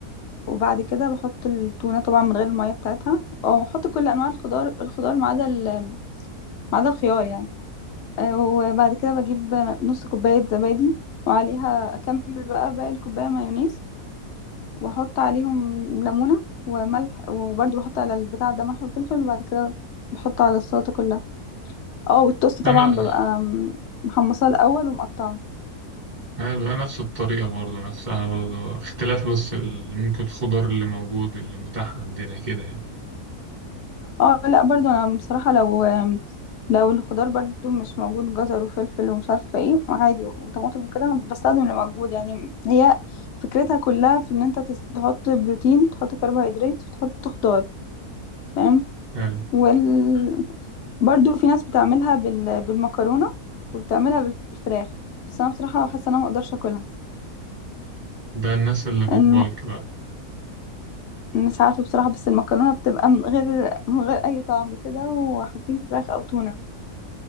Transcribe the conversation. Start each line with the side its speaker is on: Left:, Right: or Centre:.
Left: وبعد كده بحط التونة طبعا من غير المية بتاعتها أو أحط كل أنواع الخضار الخضار ما عدا ال- ما عدا الخيار يعني آه، وبعد كده بجيب نص كوباية زبادي وعليها أكمل بقى باقي الكوباية مايونيز وأحط عليهم ليمونة وملح وبرضه بحط على البتاع ده ملح وفلفل وبعد كده بحط على السلطة كلها اه والتوست طبعا
Right: انا
Left: ببقى محمصاه الأول ومقطعه
Right: حلو انا نفس الطريقة برضه نفسها برضه اختلاف بس ال- ممكن الخضار اللي موجود اللي متاح عندنا كده يعني
Left: اه لا برضو انا بصراحة لو لو الخضار برضو مش موجود جزر وفلفل ومش عارفة ايه عادي وطماطم وكده بستخدم اللي موجود يعني هي فكرتها كلها في ان انت تس- تحط بروتين تحط كربوهيدرات وتحط خضار فاهم
Right: حلو.
Left: وال... برضو في ناس بتعملها بال... بالمكرونة وبتعملها بالفراخ بس انا بصراحة حاسة ان انا مقدرش اكلها
Right: ده الناس اللي بتبالك
Left: لان المك-
Right: بقى
Left: مش عارفة بصراحة بس المكرونة بتبقى من غير من غير اي طعم كده وحاطين فراخ او تونة